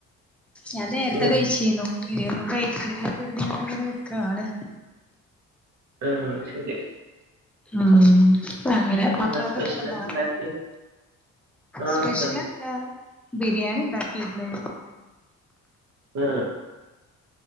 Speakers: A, in the centre; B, on the right (about 85°).
A: ഞാൻ നേരത്തെ
B: ഉം
A: കഴിച്ചിനു ഇനിയൊന്നും കഴിക്കണില്ല കരുതി ഞാനിങ്ങനെ നിക്കാണ്
B: ആഹ ശരി
A: ആഹ അങ്ങനെ മക്കളൊക്കെ
B: എന്താ സ്പെഷ്യലൊക്കെ
A: കെടന്നും
B: ഉണ്ടാക്കിയെ ആഹ്
A: സ്പെഷ്യലി
B: കടന്നു
A: എന്താ ബിരിയാണി ണ്ടാ ക്കീര് ന്ന്
B: ആ